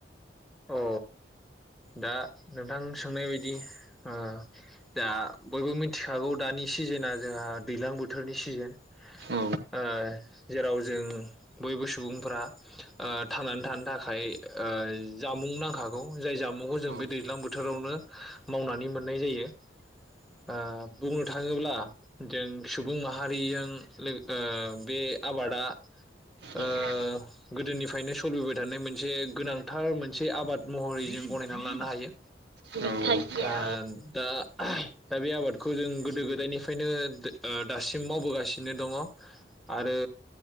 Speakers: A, in the centre; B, on the right (about 65°).
A: औ दा नोंथां सोंनाय बायदि ओ दा बयबो मिन्थि खागौ दानि सिजोनना जोंहा दैलां बोथोरनि सिजोन।
B: औ
A: ओ जेराव जों बयबो सुबुंफोरा। ओ थांनानै थानो थाखाय। ओ जामुं नांखागौ। जाय जामुंखौ जों
B: औ उम औ
A: बे दैज्लां बोथोरावनो मावनानै मोननाय जायो। ओ बुंनो थाङोब्ला जों सुबुं माहारिजों लोग ओ बे आबादा
B: जोंहा
A: ओ
B: गैया
A: गोदोनिफ्रायनो सोलिबोबाय थानाय मोन मोनसे गोनांथार मोन मोनसे आबाद महरै जों गनायनानै लानो हायो।
B: मेथाइ गैया
A: ओम दा दा बे आबादखौ जों गोदो गोदा गोदोनिफ्रायनो दो ओ दासिम मावबोगासिनो दङ आरो